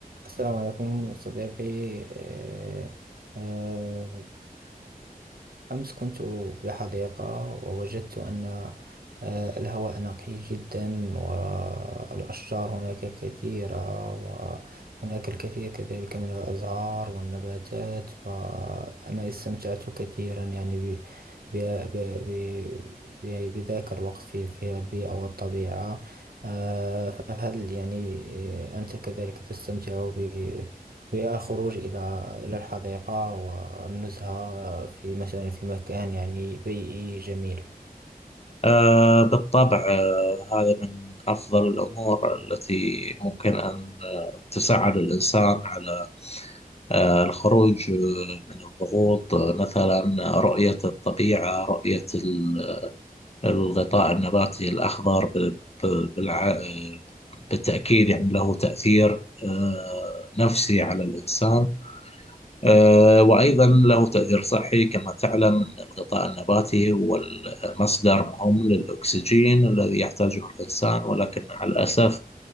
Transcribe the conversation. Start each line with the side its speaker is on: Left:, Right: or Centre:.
Right: السلام عليكم صديقي آه، آه، أمس كنت بحديقة ووجدت أن آه، الهواء نقي جدا والأشجار هناك كثيرة وهناك الكثير كذلك من الأزهار والنباتات فأنا استمتعت كثيرا يعني ب ب ب ب ب- بذاك الوقت في في البيئة والطبيعة آه، فهل يعني آه، أنت كذلك تستمتع هي الخروج إلى إلى الحديقة والنزهة في مثلا في مكان يعني بيئي جميل
Left: آه بالطبع آه هذا من أفضل الأمور التي ممكن أن آه، تساعد الإنسان على آه الخروج آه، من الضغوط آه، مثلا رؤية الطبيعة رؤية ال- الغطاء النباتي الأخضر ب- ب- بالع... آه، بالتأكيد يعني له تأثير آه نفسي على الإنسان آه، وأيضا له تأثير صحي كما تعلم أن الغطاء النباتي هو المصدر مهم للأكسجين الذي يحتاجه الإنسان ولكن مع الأسف